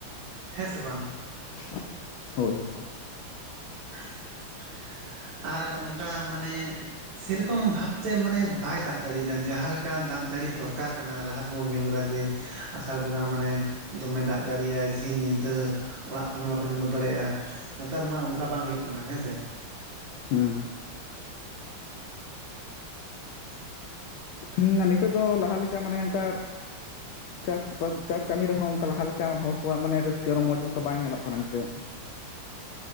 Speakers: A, on the right; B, on the left.
A: ᱦᱮᱸ ᱥᱮ ᱵᱟᱝ?
B: <inaudible> ᱦᱳᱭ᱾
A: <inaudible> ᱟᱨ ᱚᱱᱠᱟ ᱢᱟᱱᱮᱼᱼ ᱥᱮᱨᱚᱠᱚᱢ ᱵᱷᱟᱵᱛᱮ ᱢᱟᱱᱮ ᱵᱟᱭ ᱫᱟᱜ ᱫᱟᱲᱮ ᱫᱟ ᱡᱟᱦᱟᱸᱞᱮᱠᱟ ᱫᱟᱜ ᱡᱟᱹᱲᱤ ᱫᱚᱨᱠᱟᱨ ᱠᱟᱱᱟ ᱞᱟᱦᱟ ᱛᱮᱵᱚᱱ ᱧᱮᱞ ᱟᱠᱟᱫᱟ ᱡᱮᱼᱼ ᱟᱥᱟᱲ ᱵᱚᱸᱜᱟ ᱢᱟᱱᱮ ᱫᱚᱢᱮ ᱫᱟᱜ ᱡᱟᱹᱲᱤᱭᱟᱭ ᱥᱤᱧ ᱧᱤᱫᱟᱹᱼᱼ ᱚᱲᱟᱜ ᱠᱷᱚᱱ ᱦᱚᱸ ᱵᱟᱵᱤᱱ ᱩᱰᱩᱠ ᱫᱟᱲᱮᱭᱟᱜ-ᱟ ᱱᱮᱛᱟᱨ ᱢᱟ ᱚᱱᱠᱟ ᱵᱟᱝ ᱦᱩᱭᱩᱜ ᱠᱟᱱᱟ ᱦᱮᱸ ᱥᱮ
B: ᱦᱩᱸ᱾
A: <inaudible>
B: ᱦᱩᱸ ᱱᱤᱛᱚᱜ ᱫᱚ ᱞᱮᱠᱟ ᱢᱟᱱᱮ ᱚᱱᱠᱟ ᱪᱟᱥ ᱵᱟᱥ ᱪᱟᱥ ᱠᱟᱹᱢᱤ ᱨᱮᱦᱚᱸ ᱚᱱᱠᱟ ᱞᱟᱦᱟ ᱞᱮᱠᱟ ᱦᱚᱲ ᱠᱚᱣᱟᱜ ᱢᱟᱱᱮ ᱨᱟᱹᱥᱠᱟᱹ ᱨᱚᱢᱚᱡᱽ ᱚᱱᱠᱟ ᱵᱟᱝ ᱧᱮᱞᱚᱜ ᱠᱟᱱᱟ ᱱᱤᱛᱚᱜᱼᱼ